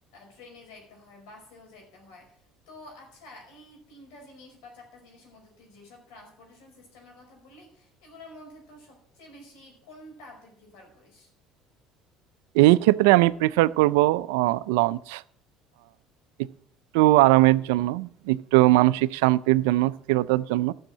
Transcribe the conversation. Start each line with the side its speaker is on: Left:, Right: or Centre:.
Left: ট্রেনে যাইতে হয় বাসেও যাইতে হয় তো আচ্ছা এই তিনটা জিনিস বা চারটা জিনিসের মধ্যে তুই যেসব ট্রান্সপোর্টেশন সিস্টেমের কথা বললি এগুলোর মধ্যে তো সবচেয়ে বেশি কোনটা তুই প্রিফার করিস
Right: এই ক্ষেত্রে আমি প্রিফার করব লঞ্চ একটু আরামের জন্য একটু মানসিক শান্তির জন্য স্থিরতার জন্য